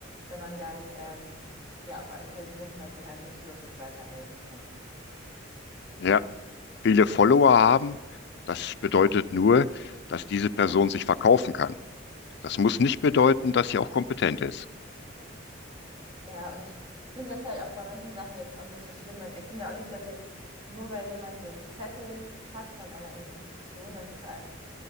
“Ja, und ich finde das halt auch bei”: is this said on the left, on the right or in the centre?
Right